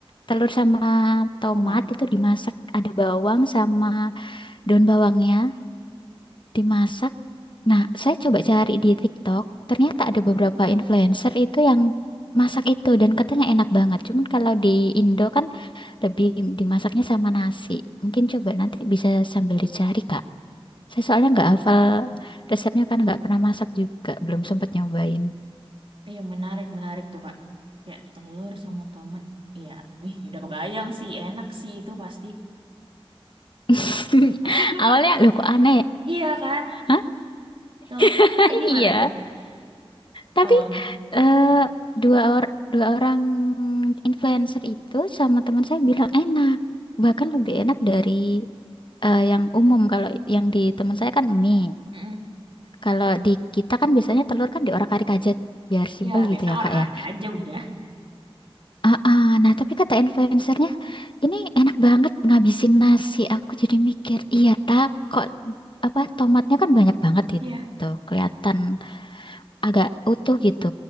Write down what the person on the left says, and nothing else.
telur sama tomat
itu dimasak, ada bawang sama daun bawangnya dimasak Nah, saya coba cari di TikTok, ternyata ada beberapa influencer itu yang masak itu dan katanya enak banget. Cuman kalau di Indo kan lebih dimasaknya sama nasi. Mungkin coba nanti bisa sambil dicari, Kak. Saya soalnya nggak hafal resepnya kan nggak pernah masak juga, belum sempat nyobain.
<laughs>
Awalnya loh kok aneh ya?
Hah?
<laughs>
Iya.
Tapi
eh, dua or dua orang influencer itu sama teman saya bilang enak. Bahkan lebih enak dari eh, yang umum kalau yang di teman saya kan mie
kalau di kita kan biasanya telur kan diorak-arik aja biar simpel
gitu ya
kak
ya
ah, ah, nah tapi kata influencernya ini enak banget ngabisin nasi aku jadi mikir iya tak kok apa tomatnya kan banyak banget
itu kelihatan agak utuh gitu